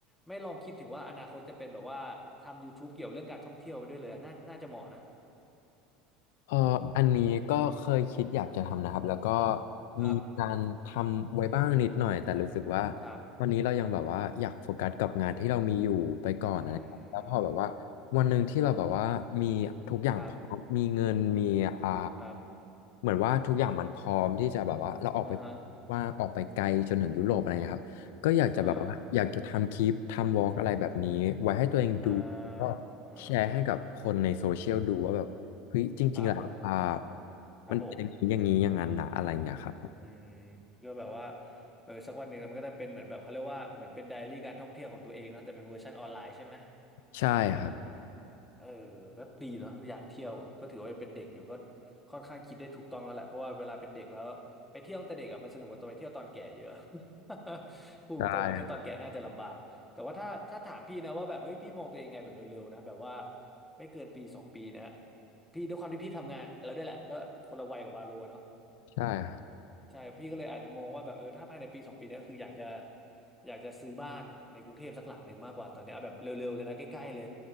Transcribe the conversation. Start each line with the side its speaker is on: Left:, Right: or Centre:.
Centre: ไม่ลองคิดถึงว่าอนาคตจะเป็นแบบว่าทำยู u ูบ e เกี่ยวเรื่องการท่องเที่ยวไปด้วยเลยอะน่าน่าจะเหมาะนะ
Left: เอ่ออันนี้ก็เคยคิดอยากจะทำนะครับแล้วก็
Centre: ครับ
Left: มีการทำไว้บ้างนิดหน่อยแต่รู้สึกว่า
Centre: ครับ
Left: วันนี้เรายังแบบว่าอยากโฟกัสกับงานที่เรามีอยู่ไปก่อนนะครับแล้วพอแบบว่า
Centre: อืม
Left: วันหนึ่งที่เราแบบว่ามีทุกอย่างพร้อมมีเงินมีอ่า
Centre: ครับครับ
Left: เหมือนว่าทุกอย่างมันพร้อมที่จะแบบว่าเราออกไป
Centre: อ่าฮะ
Left: ว่าออกไปไกลจนถึงยุโรปอะไรเงี้ยครับก็อยากจะแบบว่าอยากจะทำคลิปทำวอล์กอะไรแบบนี้ไว้ให้ตัวเองดูแล้วก็
Centre: อ่าอ่าอ่า
Left: แชร์ให้กับคนในโซเชียลดูว่าแบบ เฮ้ยจริงๆแล้วอ่า
Centre: ครับ ครับผม
Left: มันเป็นอย่างนี้อย่างนี้อย่างนั้นนะอะไรเนี่ยครับผม
Centre: อืมก็แบบว่าเออสักวันหนึ่งมันก็จะเป็นเหมือนแบบ เขาเรียกว่า เหมือนเป็นไดอารี่การท่องเที่ยวของตัวเองเนอะแต่เป็นเวอร์ชันออนไลน์ใช่ไหม
Left: ใช่ครับ
Centre: เออก็ดีเนาะอยากเที่ยวก็ถือว่าเป็นเด็กอยู่ก็ค่อนข้างคิดได้ถูกต้องแล้วแหละเพราะว่าเวลาเป็นเด็กแล้วไปเที่ยวตั้งแต่เด็กอะมันสนุกกว่าตอนไปเที่ยวตอนแก่เยอะ <laughs> พูดตรงๆไปเที่ยวตอนแก่น่าจะลำบากแต่ว่าถ้าถ้าถามพี่นะว่าแบบเฮ้ยพี่มองตัวเองไงแบบเร็วๆนะแบบว่า
Left: ใช่ครับ
Centre: ไม่เกินปีสองปีนะพี่ด้วยความที่พี่ทำงานแล้วด้วยแหละก็คนละวัยกับวาโลอะเนาะ
Left: ใช่ครับ
Centre: ใช่พี่ก็เลยอาจจะมองว่าแบบเออถ้าภายในปีสองปีเนี้ยคืออยากจะอยากจะซื้อบ้านในกรุงเทพสักหลังหนึ่งมากกว่าตอนเนี้ยเอาแบบเร็วๆเลยนะใกล้ๆเลย